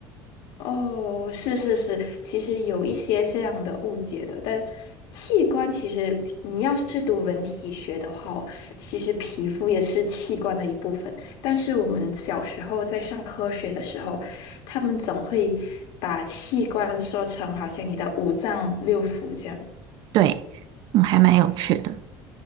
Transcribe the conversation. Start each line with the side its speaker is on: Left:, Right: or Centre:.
Left: 哦，是是是，其实有一些这样的误解的，但器官其实你要是读人体学的话哦，其实皮肤也是器官的一部分。但是我们小时候在上科学的时候，他们总会把器官说成好像你的五脏六腑这样。
Right: 对，嗯，还蛮有趣的。